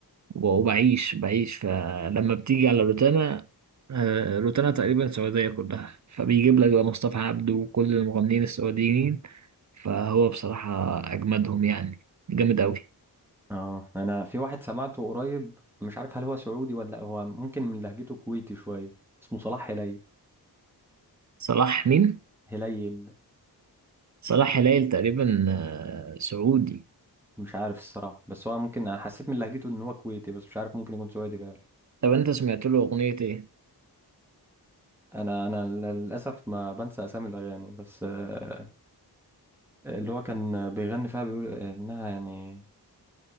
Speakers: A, on the right; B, in the centre.
A: وبعيش بعيش فلما بتيجي على روتانا آه، روتانا تقريبا السعودية كلها فبيجيب لك بقى مصطفى عبده وكل المغنيين السعوديين فهو بصراحة أجمدهم يعني جامد أوي
B: اه أنا في واحد سمعته قريب مش عارف هل هو سعودي ولا هو ممكن من لهجته كويتي شوية اسمه صلاح هلي
A: صلاح مين؟
B: هليل
A: صلاح هلال تقريبا آه، سعودي
B: مش عارف الصراحة بس هو ممكن أنا حسيت من لهجته إن هو كويتي بس مش عارف ممكن يكون سعودي بقى
A: طب أنت سمعت له أغنية إيه؟
B: أنا أنا للأسف ما بنسى أسامي الأغاني بس آه، اللي هو كان بيغني فيها بيقول إنها يعني